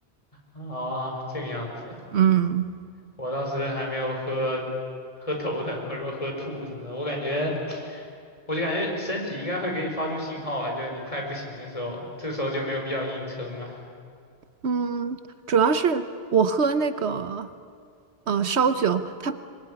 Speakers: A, on the left; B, on the right.
A: 啊，这个样子，
B: 嗯。
A: 我当时还没有喝喝头疼或者说喝吐什么的，我感觉。我就感觉身体应该会给你发出信号吧，就是你快不行的时候，这时候就没有必要硬撑嘛。
B: 嗯，主要是我喝那个呃烧酒，它